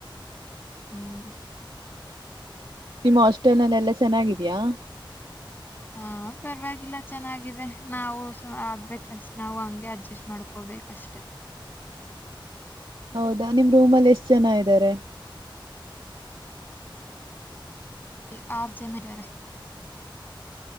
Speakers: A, on the left; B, on the right.
A: ಹ್ಮ್
B: ನಿಮ್ಮ ಹಾಸ್ಟೆಲ್ನಲೆಲ್ಲಾ ಚೆನ್ನಾಗಿದ್ಯಾ?
A: ಅ ಪರ್ವಾಗಿಲ್ಲ ಚೆನ್ನಾಗಿದೆ. ನಾವು ಸೋ ಆಗ್ಬೇಕಷ್ ನಾವು ಹಂಗೆ ಅಡ್ಜಸ್ಟ್ ಮಾಡ್ಕೊ ಬೇಕಷ್ಟೆ.
B: ಹೌದಾ ನಿಮ್ ರೂಮಲ್ ಎಷ್ಟ್ ಜನ ಇದ್ದಾರೆ?
A: ಇ ಆರ್ ಜನ ಇದ್ದಾರೆ.